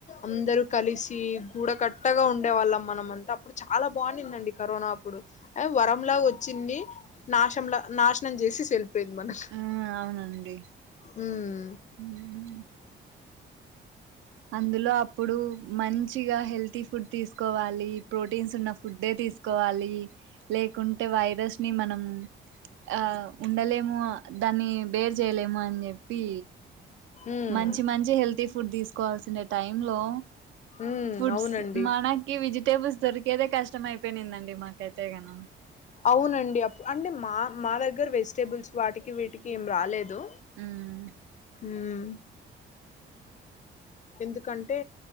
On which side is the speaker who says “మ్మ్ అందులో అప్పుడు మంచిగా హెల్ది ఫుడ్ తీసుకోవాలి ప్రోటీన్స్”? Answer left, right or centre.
Right